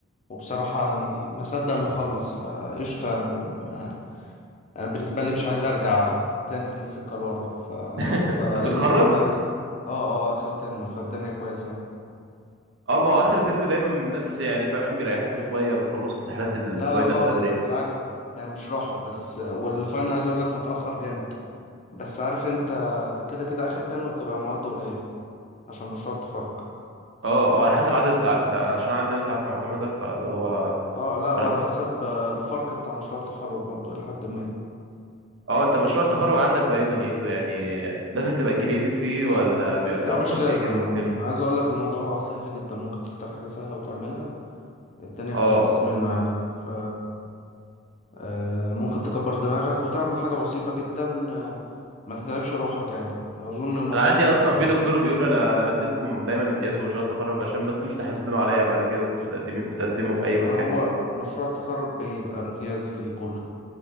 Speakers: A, on the left; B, on the right.
A: وبصراحة يعني ما صدق إنه خلص فقشطة يعني ما... أنا بالنسبة لي مش عايز أرجع تاني للسكة لورا ف...
B: <laughs>
A: فمهما
B: انت بتتخرج
A: يحصل اه اه آخر ترم فالدنيا كويسة يعني
B: اه ما هو اخر ترم دايما الناس يعني فاهم بيريحوكوا شوية بتخلصوا امتحانات الفاينل
A: لا لا خالص
B: بدري
A: بالعكس هي مش راحة بس والفاينل عايز أقولك متأخر جامد بس عارف أنت كده كده آخر ترم بتبقى المواد قليلة عشان مشروع التخرج
B: اه هو على حسب عدد الساعات بتاع عشان عندنا ساعات معتمدة فاللي هو
A: اه لا
B: ولا-
A: وعلى حسب آه، الفرق بتاع مشروع التخرج برضو إلى حد ما
B: اه انت مشروع التخرج عندك بقى ايه دنيته يعني لازم تبقى كرييتيف فيه ولا بيبقى فيه
A: ده
B: افكار
A: مش لازم
B: كده كده ممكن
A: عايز أقولك الموضوع سهل جدا ممكن تختار حاجة سهلة وتعملها الدنيا في
B: اه
A: اللذيذ منه يعني ف آه، ممكن تكبر دماغك وتعمل حاجة بسيطة جدا آه، ما تتعبش روحك يعني أظن الموضوع
B: انا عندي
A: مش بيفرق
B: اصلا
A: أوي
B: في دكتور بيقول انا انا بديلكم دايما امتياز في مشروع التخرج عشان ما تجوش تحاسبنوا عليا بعد كده وانتوا بتقدمين بتقدموا في اي
A: ما
B: مكان
A: هو
B: يقول
A: مشروع التخرج بيبقى امتياز فيه كله